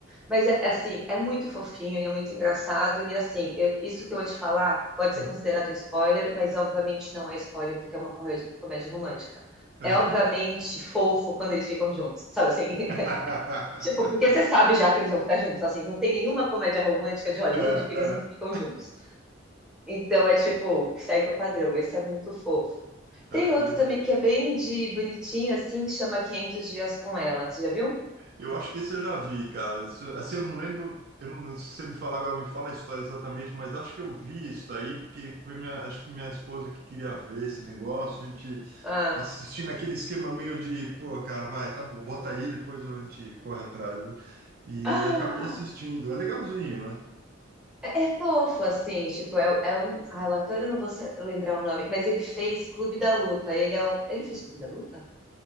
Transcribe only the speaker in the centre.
Mas, é, é assim, é muito fofinho e é muito engraçado. E, assim, eu- isso que eu vou te falar pode
ser considerado um spoiler, mas obviamente não é spoiler porque é uma comédia, comédia romântica.
É obviamente fofo quando eles ficam juntos, sabe assim? <laughs>
Tipo, porque você sabe já que eles vão ficar juntos, assim, não tem nenhuma comédia romântica de Hollywood
que eles
não ficam juntos. Então é tipo, segue o padrão, esse é muito fofo.
Tem
outro
também que é bem de bonitinho, assim, que chama 500 Dias com Ela. Você já viu?
Ah,
ah
é, é fofo, assim, tipo, é, é um... Ah, o ator, eu não vou sa- lembrar o nome, mas ele fez Clube da Luta. Ele é o... Ele fez Clube da Luta?